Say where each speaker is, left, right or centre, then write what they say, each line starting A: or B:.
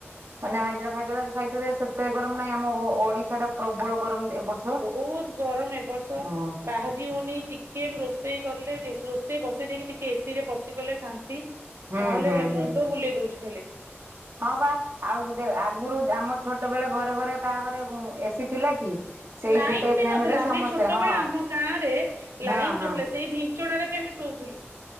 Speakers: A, on the right; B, on the right.
A: ମାନେ ହାଇଦ୍ରା ଭାଇଦ୍ରାବାଦ ସାଇଡରେ ସେତେ ଗରମ ନାଇଁ ଆମ ଓଡିଶା ଟା ପ୍ରବଳ ଗରମ ଏ ବର୍ଷ।
B: ବହୁତ ଗରମ ଏବ ବର୍ଷ
A: ହଁ
B: ବାହାରି ହଉନି କିଏ ରୋଷେଇ କଲେ ରୋଷେଇ ବସେଇ ଦେଇକି ଟିକେ ଏସି ରେ ପଶିଗଲେ ଶାନ୍ତି।
A: ହୁଁ
B: ନହେଲେ
A: ହୁଁ ହୁଁ
B: ମୁଣ୍ଡ ବୁଲେଇ ଦଉଛି ଖାଲି।
A: ହଁ ବା ଆଉଦ ଆଗରୁ ଆମ ଛୋଟ ବେଳେ ଘରେ ଘରେ କାହାଘରେ ଏସିି ଥିଲା କି? ସେଇ
B: ଲାଇନ୍
A: ଗୋଟେ
B: ବି
A: ଫ୍ୟାନ
B: ନଥିଲା
A: ରେ
B: ଆମେ
A: ସମସ୍ତେ
B: ଛୋଟବେଳେ
A: ହଁ
B: ଆମ ଗାଁରେ ଲାଇନ୍
A: ହଁ ହଁ
B: ନଥିଲା ସେଇ ବି ଚଣାରେ ବି ଆମେ ଶୋଉଥିଲୁ।